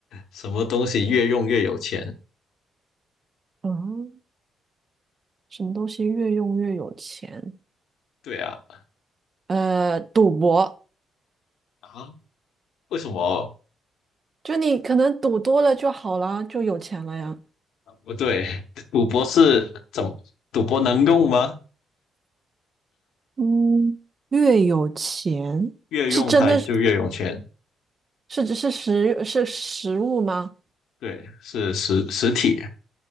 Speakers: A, on the left; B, on the right.
A: 什么东西越用越有钱？
B: 嗯，什么东西越用越有钱？
A: 对啊，
B: 呃，赌博，
A: 啊，为什么？
B: 就你可能赌多了就好啦，就有钱了呀。
A: 不对，赌博是怎么？赌博能用吗？
B: 嗯，越有钱是真的是
A: 越用它就越有钱。
B: 是是食是食物吗？
A: 对，是实实体。